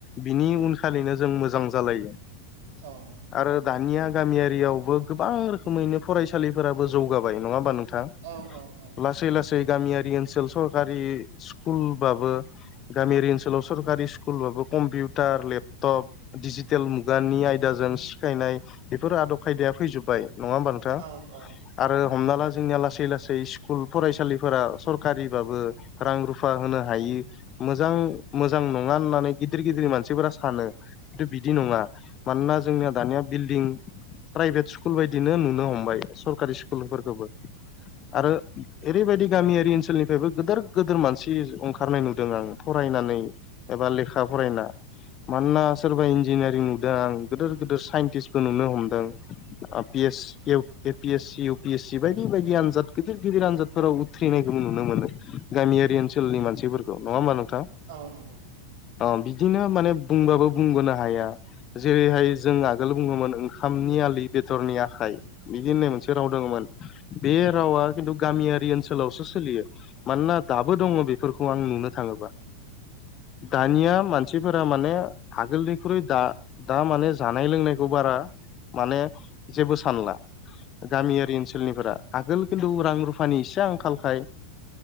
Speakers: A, on the left; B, on the right.
A: बिनि उनखालिनो जों मोजां जालायो
B: औ
A: आरो दानिया गामियारियावबो गोबां रोखोमैनो फरायसालिफोराबो जौगाबाय नङा होमबा नोंथां
B: औ औ
A: लासै लासै गामियारि ओनसोल सरकारि स्कुलबाबो गामियारि ओनसोलाव सरकारि स्कुलबाबो कम्पिउटार लेपटप दिजिटेल मुगानि आयदाजों सिखायनाय बेफोर आदब खायदाया फैजोबबाय नङा होमबा नों
B: औ औ
A: आरो हमना ला जोंनिया लासै लासै स्कुल फरायसालिफोरा सरकारिबाबो रां रुफा होनो हायो मोजां मोजां नङा होननानै गिदिर गिदिर मानसिफोरा सानो खिन्थु बिदि नङा मानोना जोंनिया दानिया बिल्डिं प्राइभेट स्कुल बायदिनो नुनो हमबाय सरकारि स्कुलफोरखौबो आरो ओरैबायदि गामियारि ओनसोलनिफ्रायबो गोदोर गोदोर मानसि ओंखारनाय नुदों आं फरायनानै एबा लेखा फरायना मानोना सोरबा इन्जिनियारिं नुदों आ गिदिर गिदिर साइन्टिस्फोर नुनो हमदों A P S C U P S C बायदि बायदि आनजाद गिदिर गिदिर आनजादफोराव उथ्रिनायखौबो नुनो मोनो गामियारि ओनसोलनि मानसिफोरखौ नङा होमबा नोंथां
B: औ नंगौ
A: अ बिदिनो माने बुंबाबो बुंबोनो हाया जेरैहाय जों आगोल बुङोमोन ओंखामनि आलि बेदरनि आखाइ बिदि होननाय मोनसे राव दङमोन बे रावा खिन्थु गामियारि ओनसोलावसो सोलियो मानोना दाबो दङ बेफोरखौ आं नुनो थाङोबा दानिया मानसिफोरा माने आगोलनिख्रुइ दा दा माने जानाय लोंनायखौ बारा माने जेबो सानला गामियारि ओनसोलनिफोरा आगोल खिन्थु रां रुफानि इसे आंखालखाय